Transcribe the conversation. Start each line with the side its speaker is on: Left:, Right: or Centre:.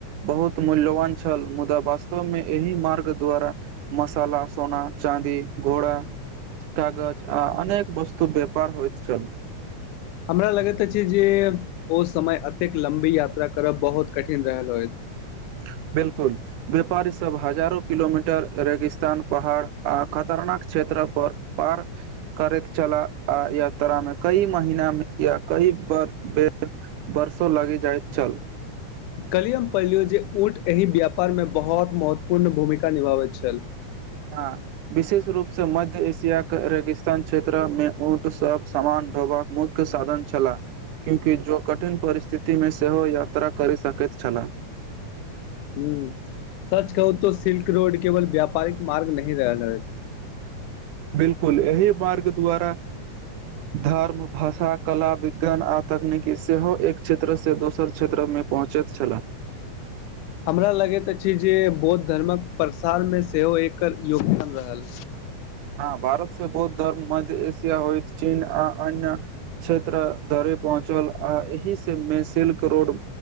Right: बहुत मूल्यवान छल, मुदा वास्तव मे एहि मार्ग द्वारा! मसाला, सोना, चाँदी, घोड़ा, कागज, आ अनेक वस्तु वेपार होइत छल।
Left: हमरा लगैत अछि जे, ओ समय एतेक लम्बी यात्रा करब बहुत कठिन रहल होय।
Right: <inaudible> 'बिलकुल' व्यापारी सब, हजारो किलोमीटर रेगिस्तान पहाड़, आ खतरनाक क्षेत्र पर पार करैत छलाह, आ यात्रामे कई महिनामे या कई पर बेर वरसों लागि जाइत छल।
Left: कलिय हम पहिलियौ जे ऊट एहि व्यापारमे बहुत महत्वपूर्ण भूमिका निभाबैत छल।
Right: हँ, विशेष रूपसँ मध्य एशिया के रेगिस्तान क्षेत्रमे, ऊट सभ सामान ढोबाक मुख्य साधन छलाह, क्यूकि जो कठिन परिस्थितिमे सेहो यात्रा करि सकै एत छला। <inaudible>
Left: हूँ, सच कहू तो सिल्क रोड केवल व्यापारिक मार्ग नहि रहल ह।
Right: 'बिपलकुल' एहि मार्ग द्वारा धर्म, भाषा, कला, विज्ञान आ तकनीकी सेहो एक क्षेत्र से दोसर क्षेत्र मे मे पहुँचैत छला।
Left: हमरा लगैत अछि जे, बौद्ध धर्मक प्रसारमे सेहो एकर योगदान रहल।
Right: भारत से बौद्ध धर्म, मध्य एशिया होइत चीन, आ अन्य क्षेत्र धर पहुँच चल, आ एहि सभमे सिल्क रोड,